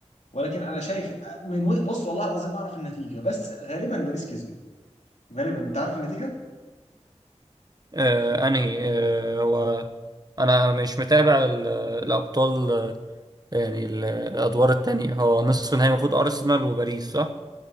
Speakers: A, on the left; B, on the right.
A: ولكن انا شايف من و... بص والله العظيم ما اعرف النتيجه بس غالبا باريس كسبت غالبا انت عارف النتيجه
B: آه انهي آه هو انا مش متابع ال- الابطال آه، يعني ال- الادوار التانية هو نصف النهائي المفروض ارسنال وباريس صح